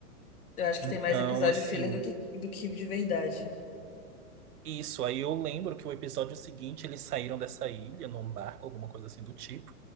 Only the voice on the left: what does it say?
Eu acho que
tem mais episódio
filler do que, do que de verdade.